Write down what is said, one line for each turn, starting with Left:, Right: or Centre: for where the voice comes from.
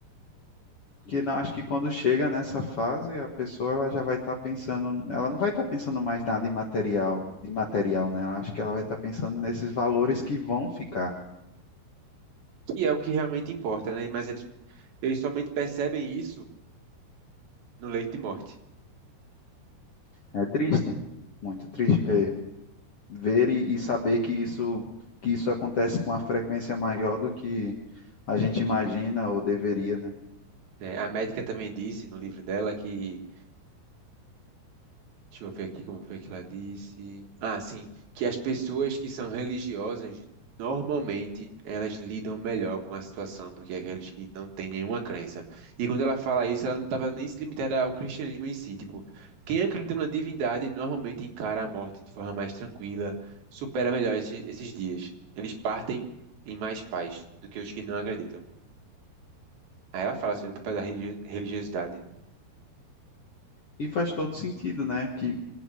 Left: que não, acho que quando chega nessa fase, a pessoa ela já vai estar pensando, ela não vai estar pensando mais nada em material, de material, né? Ela acho que ela vai estar pensando nesses valores que vão ficar.
Right: que é o que realmente importa, né? Mas eles, eles somente percebem isso no leito de morte.
Left: É triste, muito triste ver, ver e, e saber que isso, que isso acontece com uma frequência maior do que a gente imagina ou deveria, né?
Right: né? a médica também disse no livro dela que Deixa eu ver aqui como foi que ela disse. Ah, sim, que as pessoas que são religiosas, normalmente, elas lidam melhor com a situação do que aqueles que não têm nenhuma crença. E quando ela fala isso, ela não estava nem se limitada ao cristianismo em si. Tipo, quem acredita na divindade normalmente encara a morte de forma mais tranquila, supera melhor esses, esses dias. Eles partem em mais paz do que os que não acreditam. Aí ela fala sobre o papel da religi- religiosidade.
Left: E faz todo sentido, né? Que